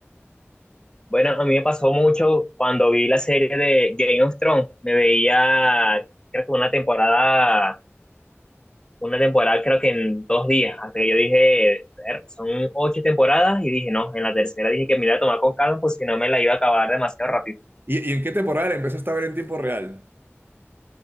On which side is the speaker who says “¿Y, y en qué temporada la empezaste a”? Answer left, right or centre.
Right